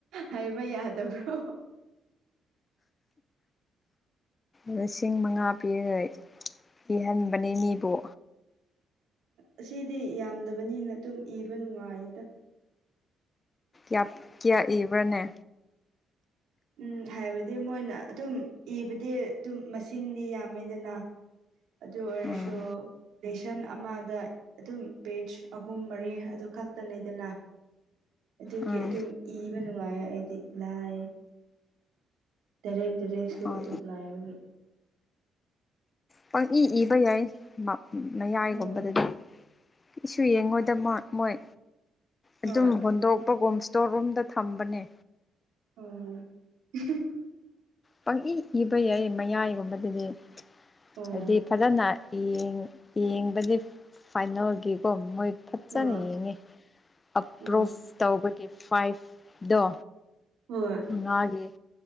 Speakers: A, on the right; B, on the left.
A: ꯍꯥꯏꯕ ꯌꯥꯗꯕ꯭ꯔꯣ
B: ꯂꯤꯁꯤꯡ ꯃꯉꯥ <unintelligible> ꯀꯤꯍꯟꯕꯅꯦ ꯃꯤꯕꯨ
A: ꯑꯁꯤꯗꯤ ꯌꯥꯝꯗꯕꯅꯤꯅ ꯗꯨꯝ ꯏꯕ ꯅꯨꯡꯉꯥꯏꯗ
B: ꯌꯥ ꯀꯌꯥ ꯏꯕ꯭ꯔꯅꯦ
A: ꯎꯝ ꯍꯥꯏꯕꯗꯤ ꯃꯣꯏꯅ ꯑꯗꯨꯝ ꯏꯕꯗꯤ ꯗꯨꯝ ꯃꯁꯤꯡꯗꯤ ꯌꯥꯝꯃꯦꯗꯅ ꯑꯗꯨ ꯑꯣꯏꯔꯁꯨ
B: ꯎꯝ
A: ꯂꯦꯁꯟ ꯑꯃꯗ ꯑꯗꯨꯝ ꯄꯦꯖ ꯑꯍꯨꯝ ꯃꯔꯤ ꯑꯗꯨ ꯈꯛꯇꯅꯦꯗꯅ ꯑꯗꯨꯒꯤ
B: ꯎꯝ
A: ꯑꯗꯨꯝ ꯏꯕ ꯅꯨꯡꯉꯥꯏꯌꯦ ꯑꯩꯗꯤ ꯂꯥꯏ ꯇꯦꯔꯦꯛ ꯇꯦꯔꯦꯛꯁꯨ
B: ꯑꯣ
A: ꯑꯗꯨꯝ ꯂꯩꯏꯕꯒꯤ
B: ꯄꯪ ꯏ ꯏꯕ ꯌꯥꯏ ꯃ ꯃꯌꯥꯏꯒꯨꯝꯕꯗꯗꯤ
A: ꯑꯣ
B: ꯀꯩꯁꯨ ꯌꯦꯡꯉꯣꯏꯗ ꯃꯥ ꯃꯣꯏ
A: ꯍꯣꯏ
B: ꯑꯗꯨꯝ ꯍꯣꯟꯗꯣꯛꯄꯒꯨꯝ ꯁ꯭ꯇꯣꯔ ꯔꯨꯝꯗ ꯊꯝꯕꯅꯦ
A: <unintelligible>
B: ꯄꯪꯏ ꯏꯕ ꯌꯥꯏ ꯃꯌꯥꯏꯒꯨꯝꯕꯗꯗꯤ
A: ꯑꯣ
B: ꯍꯥꯏꯗꯤ ꯐꯖꯟꯅ ꯌꯦꯡ ꯌꯦꯡꯕꯗꯤ ꯐꯥꯏꯅꯦꯜꯒꯤꯀꯣ ꯃꯣꯏ ꯐꯖꯅ
A: ꯍꯣꯏ
B: ꯌꯦꯡꯉꯤ <unintelligible>
A: ꯎꯝ
B: ꯇꯧꯕꯒꯤ ꯐꯥꯏꯕꯗꯣ
A: ꯍꯣꯏ
B: ꯉꯥꯒꯤ